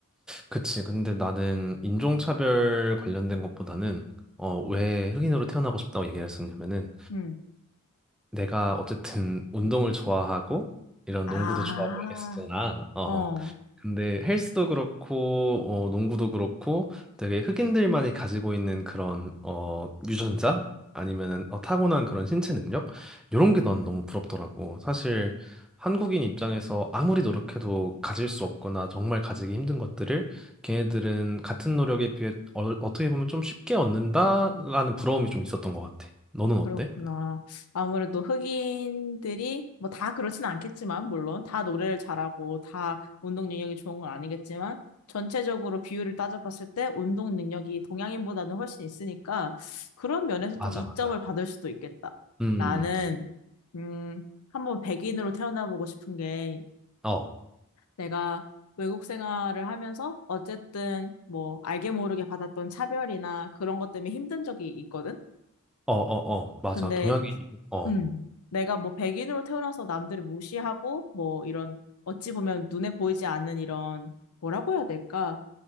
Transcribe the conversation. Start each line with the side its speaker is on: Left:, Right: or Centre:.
Centre: 그치. 근데 나는 인종차별 관련된 것보다는 어, 왜 흑인으로 태어나고 싶다고 얘기를 했었냐면은
Left: 음.
Centre: 내가 어쨌든 운동을 좋아하고 이런
Left: 아.
Centre: 농구도 좋아하고 이랬었잖아. 어,
Left: 어,
Centre: 근데 헬스도 그렇고 어, 농구도 그렇고 되게 흑인들만이 가지고 있는 그런 어, 유전자 아니면은 어, 타고난 그런 신체 능력 이런 게 난 너무 부럽더라고. 사실 한국인 입장에서 아무리 노력해도 가질 수 없거나 정말 가지기 힘든 것들을 걔네들은 같은 노력에 비해 어, 어떻게 보면 좀 쉽게 얻는다라는 부러움이 좀 있었던 것 같아. 너는
Left: 그렇구나.
Centre: 어때?
Left: 아무래도 흑인들이, 뭐 다 그렇진 않겠지만, 물론 다 노래를 잘하고 다 운동 능력이 좋은 건 아니겠지만, 전체적으로 비율을 따져봤을 때 운동 능력이 동양인보다는 훨씬 있으니까, 그런 면에서
Centre: 맞아,
Left: 좀 이점을
Centre: 맞아.
Left: 받을 수도 있겠다.
Centre: 음,
Left: 나는, 음, 한번 백인으로 태어나보고 싶은 게,
Centre: 어,
Left: 내가 외국 생활을 하면서 어쨌든 뭐 알게 모르게 받았던 차별이나 그런 것 때문에 힘든 적이 있거든?
Centre: 어, 어, 어, 맞아.
Left: 근데
Centre: 동양인이, 어,
Left: 음, 내가 뭐 백인으로 태어나서 남들을 무시하고 뭐 이런 어찌 보면 눈에 보이지 않는 이런 뭐라고 해야 될까?